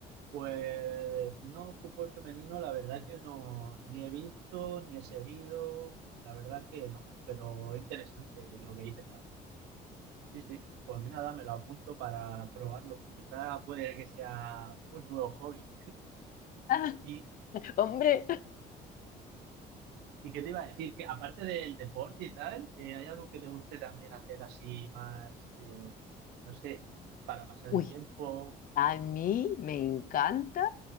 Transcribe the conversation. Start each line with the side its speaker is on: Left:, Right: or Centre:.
Right: Pues no, fútbol femenino, la verdad que no, ni he visto, ni he seguido, la verdad que no, pero interesante lo que dices también. Sí, sí. Pues nada, me lo apunto para probarlo. Quizá puede que sea un nuevo hobby.
Left: <laughs>
Right: ¿Y,
Left: Hombre,
Right: y qué te iba a decir? Que aparte del deporte y tal, eh, ¿hay algo que te guste también hacer así más, eh, no sé, para pasar
Left: Uy,
Right: el tiempo?
Left: a mí me encanta